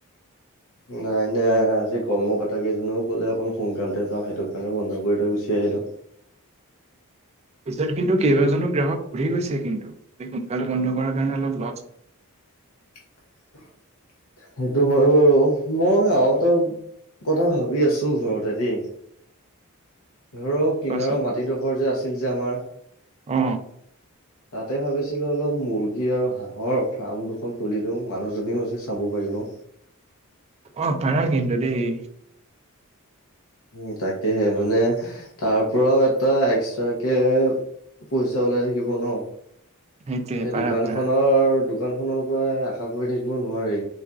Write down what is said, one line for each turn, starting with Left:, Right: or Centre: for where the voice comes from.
Left: <inaudible> নাই, নাই। আজি কৰ্মকৰ্তা কেইজনেও ক'লে অকন সোনকালতে যাও, সেইটো কাৰণে বন্ধ কৰি থৈ গুচি আহি আহিলোঁ
Right: তত কিন্তু কেইবাজনো গ্ৰাহক ঘুৰি গৈছে কিন্তু, সোনকালে বন্ধ কৰাৰ কাৰণে অলপ লছ
Left: <inaudible> সেইটো হয় বাৰু। মই আৰু এটা কথা ভাবি আছো ঘৰত। ত দেই। ঘৰৰ কিনাৰৰ
Right: পাইছে
Left: মাটিডোখৰ যে আছিল যে আমাৰ
Right: অ।
Left: তাতে ভাবিছিলো অলপ মুৰ্গী আৰু হাঁহৰ ফাৰ্ম দুখন খুলি দিও। মানুহজনীও আছে চাব পাৰি ব।
Right: অ পাৰা কিন্তু দেই।
Left: উ তাকেহে। মানে তাৰ পৰাও এটা এক্সট্ৰাকে পইচা ওলাই থাকিব ন?
Right: সেইটোৱে
Left: এই
Right: পাৰা
Left: দোকান
Right: পাৰা
Left: খনৰ দোকান খনৰ পৰাই আশা কৰি থাকিব নোৱাৰি।